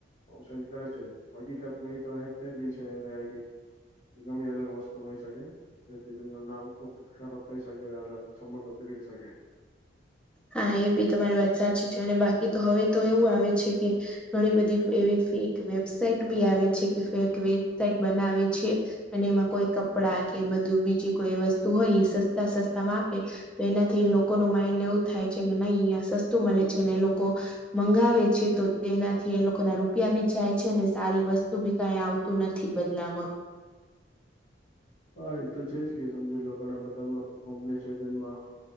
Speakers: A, on the left; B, in the centre.
A: સેન્ડ કરે છે. હકીકત માં એતો હેક થયેલી છે એને આઈડી ગમે અલગ વસ્તુ હોય શકે. જેથી તેમનું નામ ખુબ ખરાબ થઈ શકે સંબંધો બીગડી શકે.
B: હા એ બી તમારી વાત સાચી છે અને બાકી તો હવે તો એવું આવે છે કે ઘણી બધી એવી ફેંક વેબસાઇટ બી આવે છે કે ફેંક વેબસાઇટ બનાવે છે. અને એમાં કોઈ કપડાં કે બધું બીજી કોઈ વસ્તુ હોય ઈ સસ્તા સસ્તામાં આપે તો એનાથી લોકોનું માઇન્ડ એવું થાય છે કે નહી અહીં સસ્તું મળે છે ને એ લોકો મંગાવે છે તો તેનાથી એ લોકોના રૂપિયા બી જાય છે અને સારી વસ્તુ બી કઈ આવ તું નથી બદલામાં.
A: હા એ તો છે જ કે સમજીલો ઘણા બધા હમણાં કંપની છે જેનમાં